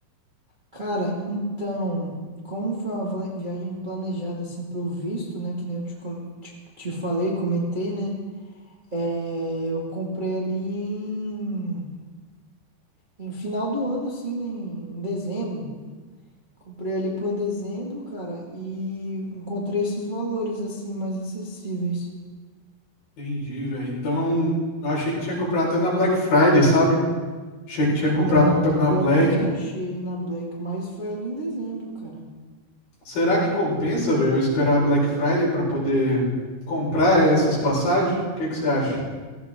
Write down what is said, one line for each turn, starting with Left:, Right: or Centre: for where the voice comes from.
Right: Cara, então, como foi uma vla- viagem planejada assim pro visto, né? Que nem eu te, com- te, te falei, comentei, né? É, eu comprei ali em, em final do ano, assim, né? Em dezembro. Comprei ali por dezembro, cara, e encontrei esses valores assim mais acessíveis.
Left: Entendi, velho. Então, eu achei que tinha comprado até na Black Friday, sabe? Achei que tinha comprado
Right: Não,
Left: na
Right: pior
Left: Black.
Right: que eu nem achei na Black, mas foi ali em dezembro, cara.
Left: Será que compensa, velho, eu esperar a Black Friday pra poder comprar essas passagens? O que que você acha?